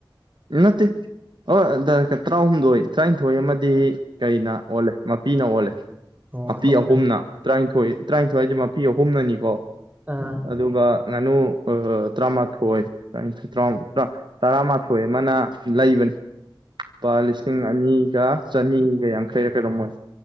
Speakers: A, on the right; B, on the right.
A: ꯅꯠꯇꯦ ꯑꯣ ꯗꯥ ꯇꯔꯥꯍꯨꯝꯗꯣꯏ ꯇꯔꯥꯅꯤꯊꯣꯏ ꯑꯃꯗꯤ ꯀꯩꯅ ꯑꯣꯜꯂꯦ ꯃꯄꯤꯅ ꯑꯣꯜꯂꯦ꯫
B: ꯑꯣ
A: ꯃꯄꯤ
B: ꯑꯇꯣꯞꯄꯗ
A: ꯑꯍꯨꯝꯅ ꯇꯔꯥꯅꯤꯊꯣꯏ ꯇꯔꯥꯅꯤꯊꯣꯏ ꯍꯥꯏꯁꯦ ꯃꯄꯤ ꯑꯍꯨꯝꯅꯅꯤꯀꯣ
B: ꯑꯥ ꯑꯣ
A: ꯑꯗꯨꯒ ꯉꯥꯅꯨ ꯍꯣꯏ ꯍꯣꯏ ꯇꯔꯥꯃꯥꯊꯣꯏ ꯇꯔꯥꯅꯤꯊꯣꯏ <unintelligible> ꯑꯥ ꯇꯔꯥꯃꯊꯣꯏ <unintelligible> ꯑꯃꯅ ꯂꯩꯕꯅꯦ꯫ ꯂꯨꯄꯥ ꯂꯤꯁꯤꯡ ꯑꯅꯤꯒ ꯆꯅꯤꯒ ꯌꯥꯡꯈꯩꯔ ꯀꯩꯅꯣꯝ ꯑꯣꯏ